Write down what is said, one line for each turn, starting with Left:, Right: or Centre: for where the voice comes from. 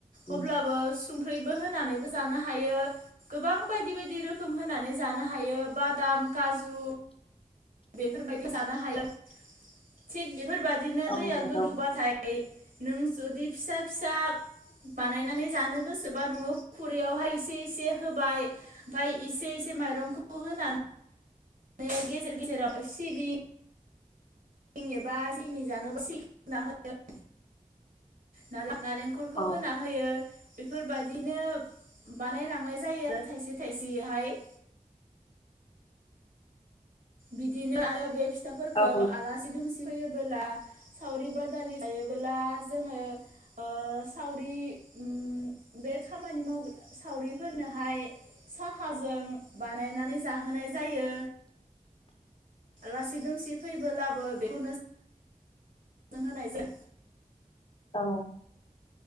Right: अब्लाबो
Left: उम
Right: संख्रिबो होनानैबो जानो हायो गोबां बायदि बायदि रोखोम होनानै जानो हायो बादाम काजु बेफोरबायदि जानो हायो थिग बेफोर बेफोरबायदिनो
Left: औ
Right: दैया
Left: नंगौ
Right: गोदौबाथाय नों जुदि फिसा फिसा बानायनानै जानो गोसोबा नोङो खुरैयावहाय एसे एसे होबाय ओमफ्राय इसे एसे माइरंखौबो होनानै माने गेजेर गेजेराव सिबिं सिं एबा सिंनि जानोबा सिंखि होना होयो <unintelligible> ना नालेंखरखौ
Left: औ
Right: होना होयो बेफोरबायदिनो बानायलांनाय जायो आरो थाइसे थाइसेहाय बिदिनो आरो बे फिथाफोरखौ
Left: औ
Right: आलासि दुमसि फैयोबोला सावरि बादालि जायोबोला जोङो ओ सावरि उम बे खामानि माव सावरिफोरनोहाय साहाजों बानायनानै जाहोनाय जायो आलासि दुमसि फैबोलाबो बेखौनो नों होनायजों
Left: औ